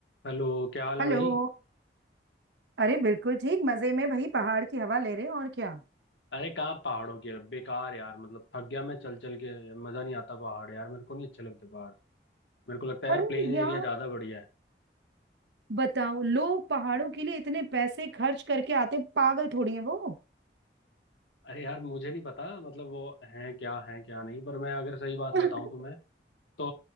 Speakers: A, on the left; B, on the right.
A: Hello क्या हाल है
B: Hello
A: भाई
B: अरे बिल्कुल ठीक मजे में भाई पहाड़ की हवा ले रहे हैं और क्या
A: अरे कहाँ पहाड़ों की बेकार यार मतलब थक गया मैं चल चल के मजा नहीं आता पहाड़ यार मेरे को नहीं अच्छे लगते पहाड़ मेरे को लगता है
B: अरे
A: यार प्लेन
B: यार
A: एरिया ज्यादा बढ़िया है
B: बताओ लोग पहाड़ों के लिए इतने पैसे खर्च करके आते हैं पागल थोड़ी है वो
A: अरे यार मुझे नहीं पता मतलब वो है क्या है क्या नहीं पर मैं अगर सही बात
B: <laughs>
A: बताऊं तुम्हें तो